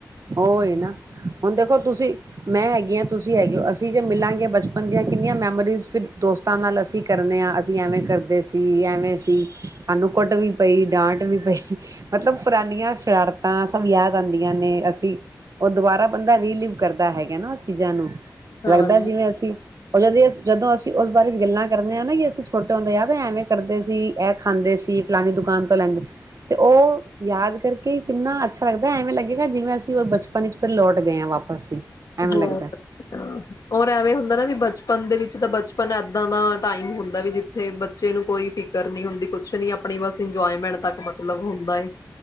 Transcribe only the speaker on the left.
ਹਾਂ
ਹੋਰ-ਹੋਰ
ਐਵੇਂ ਹੁੰਦਾ ਨਾ ਵੀ ਬਚਪਨ ਦੇ ਵਿੱਚ ਤਾਂ ਬਚਪਨ ਇੱਦਾਂ ਦਾ ਟਾਈਮ ਹੁੰਦਾ ਵੀ ਜਿੱਥੇ ਬੱਚੇ ਨੂੰ ਕੋਈ ਫਿਕਰ ਨਹੀਂ ਹੁੰਦੀ ਕੁਛ ਨੀ ਆਪਣੀ ਬਸ ਇੰਜੋਏਮੈਂਟ ਤੱਕ ਮਤਲਬ। ਮੁੰਦਾਈ।